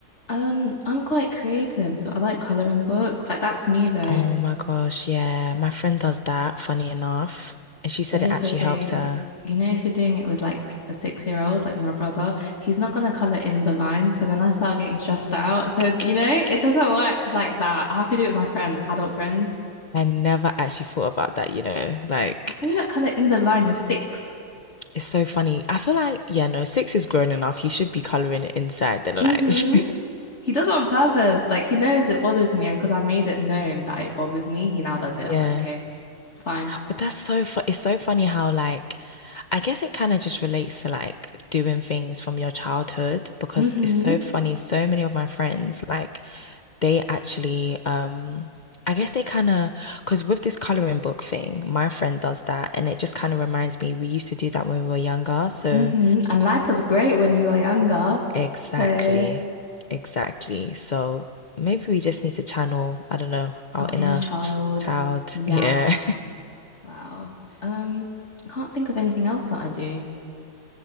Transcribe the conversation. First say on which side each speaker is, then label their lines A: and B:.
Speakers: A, on the left; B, on the left.
A: Um, I'm quite creative, so I like coloring books. Like that's new though.
B: Oh my gosh, yeah. My friend does that, funny enough. And she said
A: But here's
B: it actually
A: the thing.
B: helps her.
A: You know, if you're doing it with like a six-year-old, like my brother, he's not gonna color in the lines. So then I start getting stressed out.
B: <laughs>
A: So, you know, it doesn't work like that. I have to do it with my friends, adult friends.
B: I never actually thought about that, you know, like.
A: How can you not colour in the line? You're 6
B: It's so funny. I feel like, yeah, no, six is grown enough. He should be coloring it inside the lines.
A: Mm-hmm.
B: <laughs>
A: He does it on purpose. Like he knows it bothers me, and because I made it known that it bothers me, he now does it. I'm
B: Yeah.
A: like, okay, fine.
B: But that's so fu it's so funny how like I guess it kind of just relates to like doing things from your childhood because
A: Mm-hmm.
B: it's so funny. So many of my friends like they actually um I guess they kind of because with this coloring book thing, my friend does that and it just kind of reminds me we used to do that when we were younger. So
A: Mm-hmm. And life was great when we were younger.
B: Exactly.
A: So
B: Exactly. So maybe we just need to channel, I don't know, our
A: our
B: inner
A: inner child.
B: ch- child.
A: Yeah.
B: <laughs> Yeah.
A: Wow. Um, can't think of anything else that I do.